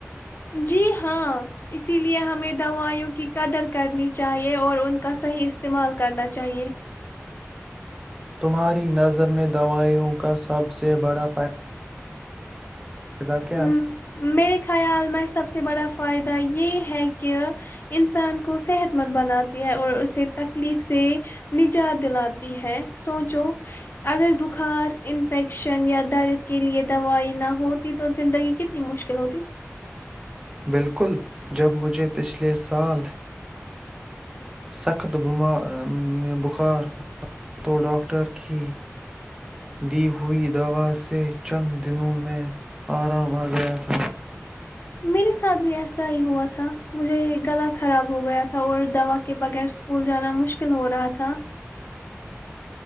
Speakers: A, on the left; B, on the right.
A: جی ہاں اسی لیے ہمیں دوائیوں کی قدر کرنی چاہیے اور ان کا صحیح استعمال کرنا چاہیئے
B: تمہاری نظر میں دوائیوں کا سب سے بڑا فائدہ ادا کیا؟
A: م،
B: <inaudible>
A: میرے خیال میں سب سے بڑا فائدہ یہ ہے کہ انسان کو صحت مند بناتی ہے اور اسے تکلیف سے نجات دلاتی ہے سوچو اگر بخار انفیکشن یا درد کے لیے دوائی نہ ہوتی تو زندگی کتنی مشکل ہوتی <inaudible>
B: بالکل جب مجھے پچھلے سال سخت میں بخار تو ڈاکٹر کی دی ہوئی دوا سے چند دنوں میں آرام آ گیا تھا
A: میرے ساتھ بھی ایسا ہی ہوا تھا مجھے گلا خراب ہو گیا تھا اور دوا کے بغیر اسکول جانا مشکل ہو رہا تھا